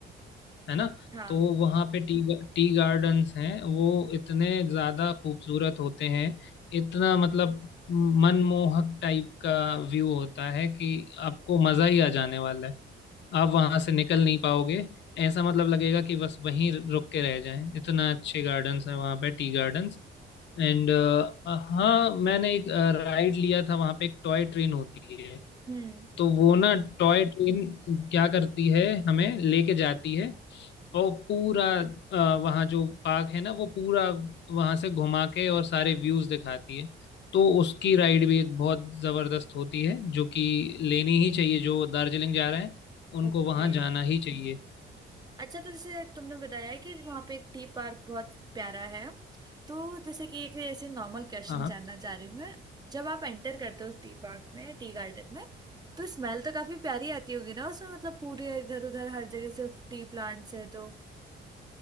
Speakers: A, on the left; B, on the right.
A: है ना
B: हाँ
A: तो वहाँ पे टी टी गार्डन्स हैं वो इतने ज्यादा खूबसूरत होते हैं इतना मतलब मनमोहक टाइप का व्यू होता है कि आपको मजा ही आ जाने वाला है आप वहां से निकल नहीं पाओगे ऐसा मतलब लगेगा कि बस वहीं रुक के रह जाएं इतना अच्छे गार्डन्स हैं वहाँ पे टी गार्डन्स एंड हाँ मैंने एक राइड लिया था वहाँ पे एक टॉय ट्रेन होती है
B: हम्म
A: तो वो ना टॉय ट्रेन क्या करती है हमें लेके जाती है और पूरा आ, वहाँ जो पार्क है ना वो पूरा वहाँ से घुमा के और सारे व्यूज दिखाती है तो उसकी राइड भी एक बहुत जबरदस्त होती है जो कि लेनी ही चाहिए जो दार्जिलिंग जा रहे हैं उनको
B: ओके
A: वहाँ जाना ही चाहिए
B: अच्छा तो जैसे तुमने बताया कि वहां पे एक टी पार्क बहुत प्यारा है तो जैसे कि एक ऐसे नॉर्मल क्वेश्चन
A: हाँ हाँ।
B: जानना चाह रही हूँ मैं जब आप एंटर करते हो उस टी पार्क में टी गार्डन में तो स्मेल तो काफी प्यारी आती होगी ना उसमें मतलब पूरे इधर उधर हर जगह सिर्फ टी प्लांट्स है तो